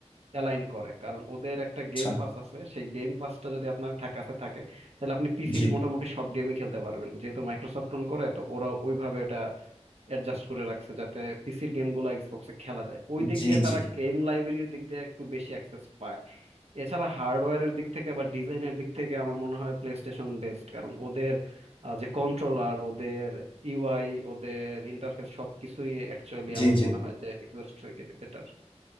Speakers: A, on the right; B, on the left.
A: অ্যালাইন করে কারণ ওদের একটা
B: আচ্ছা
A: গেম পাস আছে সেই গেম পাসটা যদি আপনার থা- কাছে থাকে তাহলে আপনি পিসির
B: জি
A: মোটামুটি সব গেমই খেলতে পারবেন যেহেতু মাইক্রোসফট অন করে তো ওরা ওইভাবে ওটা অ্যাডজাস্ট করে রাখছে যাতে পিসির গেমগুলো এক্সবক্সে খেলা যায় ওই দিক
B: জি
A: দিয়ে তারা
B: জি
A: গেম লাইব্রেরির দিক দিয়ে একটু বেশি অ্যাক্সেস পায় এছাড়া হার্ডওয়্যারের দিক থেকে বা ডিজাইনের দিক থেকে আমার মনে হয় প্লে স্টেশন বেস্ট কারণ ওদের আহ, যে কন্ট্রোলার ওদের ইউআই ওদের ইন্টারফেস সবকিছুই অ্যাকচুয়ালি
B: জি
A: আমার
B: জি
A: মনে হয় যে এক্সবক্স থেকে বেটার